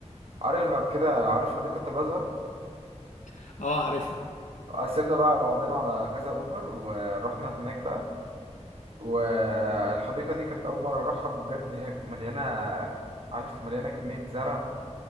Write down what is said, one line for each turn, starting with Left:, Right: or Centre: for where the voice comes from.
Right: عارف بعد كده عارف حديقة الأزهر
Left: <laughs> اه عارفها
Right: قسمنا بقى بعضنا على كذا أوبر ورحنا هناك بقى والحديقة دي كانت أول مرة أروحها بجد هي مليانة عارف مليانة كمية زرع